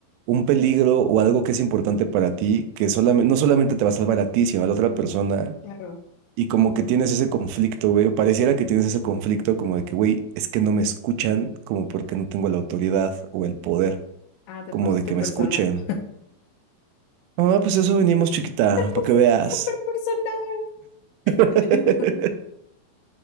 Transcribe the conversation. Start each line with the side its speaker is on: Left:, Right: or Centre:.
Right: un peligro o algo que es importante para ti, que solamente, no solamente te va a salvar a ti, sino a la otra persona,
Left: claro.
Right: y como que tienes ese conflicto, güey, o pareciera que tienes ese conflicto como de que, güey, es que no me escuchan, como porque no tengo la autoridad o el poder,
Left: Ah, te
Right: como
Left: pusiste
Right: de que
Left: personal.
Right: me escuchen. Ah, pues eso venimos, chiquita,
Left: Te pusiste
Right: para que veas.
Left: súper personal.
Right: <laughs>
Left: <laughs>